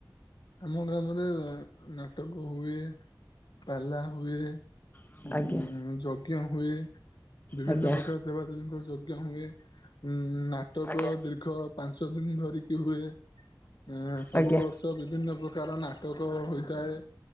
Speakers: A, on the left; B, on the left.
A: ଆମ ଗ୍ରାମରେ ନାଟକ ହୁଏ ପାଲା ହୁଏ
B: ଆଜ୍ଞା
A: ଉ ଯଜ୍ଞ ହୁଏ ବିଭିନ୍ନ
B: ଆଜ୍ଞା
A: ପ୍ରକାର ଦେବାଦେବୀଙ୍କ ଯଜ୍ଞ ହୁଏ ଉଁ ନାଟକ
B: ଆଜ୍ଞା
A: ଦୀର୍ଘ ପାଞ୍ଚ ଦିନି ଧରିକି ହୁଏ ଏଁ ସବୁ
B: ଆଜ୍ଞା
A: ବର୍ଷ ବିଭିନ୍ନ ପ୍ରକାର ନାଟକ ହୋଇଥାଏ